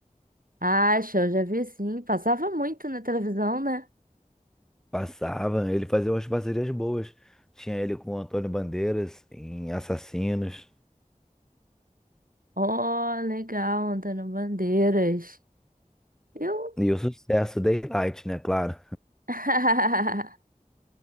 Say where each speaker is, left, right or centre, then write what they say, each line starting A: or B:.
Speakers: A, on the right (about 90°); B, in the centre.
A: Acho, eu já vi sim. Passava muito na televisão, né?
B: Passava, ele fazia umas parcerias boas. Tinha ele com o Antônio Bandeiras em Assassinos.
A: Ó, legal, Antônio Bandeiras. Eu.
B: E o sucesso, Daylight, né? Claro.
A: <laughs>